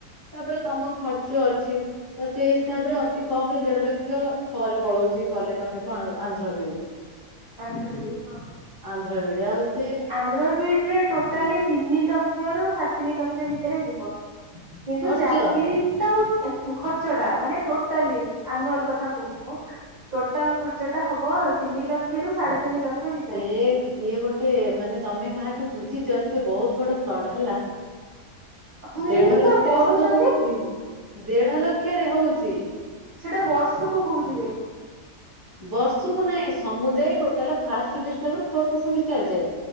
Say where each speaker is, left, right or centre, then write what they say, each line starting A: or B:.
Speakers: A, on the right; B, on the right.
A: ତାପରେ ତମ ଖର୍ଚ୍ଚ ଅଛି। ତ ସେଇ ହିସାବ ରେ ଅତି କମ ରେ ଦେଢ ଲକ୍ଷ ପରେ ପଳଉଛି କଲେ ତମେ କଣ ଆନ୍ଧ୍ର ବିଇଡି।
B: ଆନ୍ଧ୍ର ବିଇଡି ହଁ,
A: ଆନ୍ଧ୍ର ବିଡି ଆଉ ସେ
B: ଆନ୍ଧ୍ର ବିଇଡିରେ ଟୋଟ ଟାଲି ତିନି ଲକ୍ଷରୁ ସାଢେ ତିନି ଲକ୍ଷ ଭିତରେ ଯିବ। କିନ୍ତୁ
A: ଖର୍ଚ୍ଚ
B: ଚାକରି <unintelligible> ମାନେ ଟୋଟାଲି ଆନୁଆଲ କଥା କହୁଛି ମୁଁ ଟୋଟାଲ ଖର୍ଚ୍ଚଟା ହବ ତିନି ଲକ୍ଷରୁ ସାଢେ ତିନ ଲକ୍ଷ ଭିତରେ
A: ସେ କିଏ ଗୋଟେ ମାନେ ତମେ କାହାଠୁ ବୁଝିଛ ସେ ବହୁତ୍ ବଡ ଫ୍ରଡ ହେଲା।
B: ମିଲ୍
A: ଦେଢ ଲକ୍ଷରେ
B: ପା କରୁଛନ୍ତି
A: ସବୁ ହଉଛି ଦେଢ ଲକ୍ଷରେ ହଉଛି।
B: ସେଇଟା ବର୍ଷକୁ କହୁଥିବେ।
A: ବର୍ଷକୁ ନାଇଁ ସମୁଦାୟ ଟୋଟାଲ ଫାଷ୍ଟ ସେମିଷ୍ଟାର ରୁ ଫୋର୍ଥ ସେମିଷ୍ଟାର ଯାଏ।